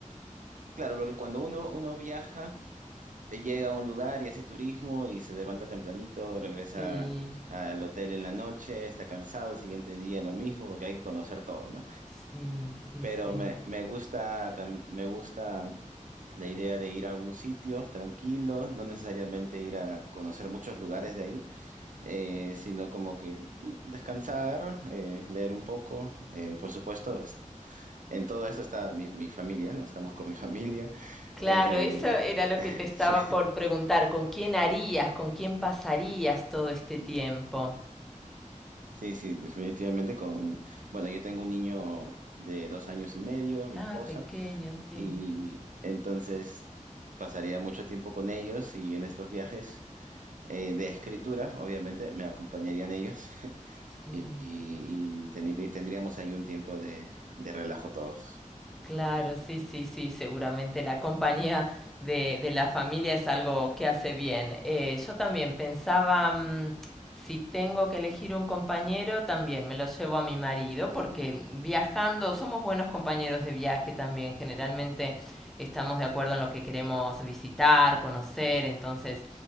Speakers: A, on the right (about 75°); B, in the centre.
A: claro, porque cuando uno, uno viaja... eh, llega a un lugar y hace turismo y se levanta tempranito, regresa
B: Sí,
A: al hotel en la noche, está cansado, el siguiente día lo mismo, porque hay que conocer todo, ¿no?
B: sí, sí,
A: Pero
B: sí.
A: me, me gusta, tam- me gusta la idea de ir a algún sitio tranquilo, no necesariamente ir a conocer muchos lugares de ahí, eh, sino como que mm, descansar, eh, leer un poco. eh, por supuesto, es- en todo esto está mi, mi familia, ¿no? Estamos con mi familia.
B: Claro,
A: eh,
B: eso era lo que te estaba
A: <laughs> sí.
B: por preguntar. ¿Con quién harías, con quién pasarías todo este tiempo?
A: Sí, sí, definitivamente con, bueno, yo tengo un niño de dos años y medio, mi
B: Ah,
A: esposa,
B: pequeño, sí,
A: y entonces pasaría mucho tiempo con ellos y en estos viajes eh, de escritura, obviamente, me acompañarían ellos <laughs>
B: sí.
A: y, y- y teni- tendríamos ahí un tiempo de, de relajo todos,
B: Claro, sí, sí, sí, seguramente la compañía de, de la familia es algo que hace bien. Eh, yo también pensaba, mm, si tengo que elegir un compañero, también me lo llevo a mi marido, porque viajando somos buenos compañeros de viaje también. Generalmente estamos de acuerdo en lo que queremos visitar, conocer, entonces